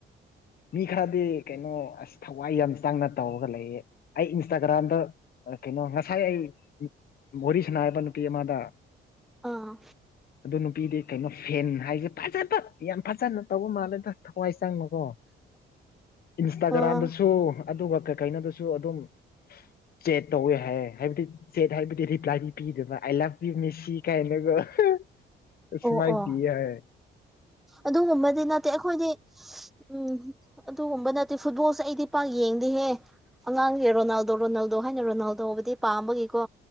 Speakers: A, on the left; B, in the centre.
A: ꯃꯤ ꯈꯔꯗꯤ ꯀꯩꯅꯣ ꯑꯁ ꯊꯋꯥꯏ ꯌꯥꯝ ꯆꯪꯅ ꯇꯧꯔꯒ ꯂꯩꯌꯦ ꯑꯩ ꯏꯟꯁꯇꯥꯒ꯭ꯔꯥꯝꯗ ꯀꯩꯅꯣ ꯉꯁꯥꯏ ꯑꯩ ꯃꯣꯔꯤ ꯁꯅꯥꯕ ꯅꯨꯄꯤ ꯑꯃꯗ
B: ꯑꯥ
A: ꯑꯗꯨ ꯅꯨꯄꯤꯗꯤ ꯀꯩꯅꯣ ꯐꯦꯟ ꯍꯥꯏꯁꯦ ꯐꯖꯗ ꯌꯥꯝ ꯐꯖꯅ ꯇꯧꯕ ꯃꯥꯜꯂꯦꯗꯥ ꯍꯋꯥꯏ ꯆꯪꯕꯀꯣ ꯏꯟꯁꯇꯥꯒ꯭ꯔꯥꯝꯗꯁꯨ
B: ꯑꯥ
A: ꯑꯗꯨꯒ ꯀꯩꯀꯩꯅꯣꯗꯨꯁꯨ ꯑꯗꯨꯝ ꯆꯦꯠ ꯇꯧꯋꯦ ꯍꯥꯏꯌꯦ ꯍꯥꯏꯕꯗꯤ ꯆꯦꯠ ꯍꯥꯏꯕꯗꯤ ꯔꯤꯄ꯭ꯂꯥꯏꯗꯤ ꯄꯤꯗꯕ ꯑꯥꯏ ꯂꯞ ꯌꯨ ꯃꯦꯁꯤ ꯀꯥꯏꯅꯒ <unintelligible>
B: ꯑꯣ
A: ꯁꯃꯥꯏ
B: ꯑꯣ
A: ꯄꯤ ꯍꯥꯏꯌꯦ
B: ꯑꯗꯨꯒꯨꯝꯕꯗꯤ ꯅꯠꯇꯦ ꯑꯩꯈꯣꯏꯗꯤ ꯎꯝ ꯑꯗꯨꯒꯨꯝꯕ ꯅꯠꯇꯦ ꯐꯨꯠꯕꯣꯜꯁꯦ ꯑꯩꯗꯤ ꯄꯥꯛ ꯌꯦꯡꯗꯦꯍꯦ ꯑꯉꯥꯡꯁꯦ ꯔꯣꯅꯥꯜꯗꯣ ꯔꯣꯅꯥꯜꯗꯣ ꯍꯥꯏꯅ ꯔꯣꯅꯥꯜꯗꯣ ꯍꯕꯗꯤ ꯄꯥꯝꯕꯒꯤꯀꯣ